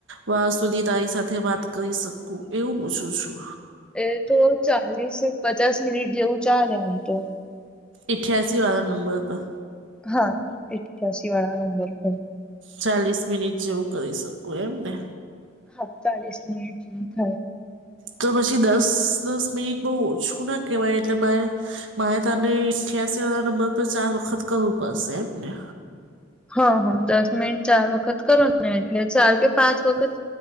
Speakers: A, on the right; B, in the centre.
A: વા સુધી તારી સાથે વાત કરી શકું એવું પૂશુ શું.
B: એ તો ચાલીસે પચાસ મિનિટ જેવું ચાલે આમ તો.
A: ઈઠ્યાસીવાળા નંબર પર.
B: હા ઈઠ્યાસીવાળા નંબર પર.
A: ચાલીસ મિનિટ જેવું કરી શકું એમ ને?
B: હા, ચાલીસ મિનિટ જેવું થાય.
A: તો પછી દસ-દસ મિનિટ બહ ઓછું ના કહેવાય એટલે મેં મારે તને ઈઠ્યાસીવાળા નંબર પર ચાર વખત કરવું પડશે એમ ને?
B: હ હ દસ મિનિટ ચાર વખત કરો ને એટલે ચાર કે પાંચ વખત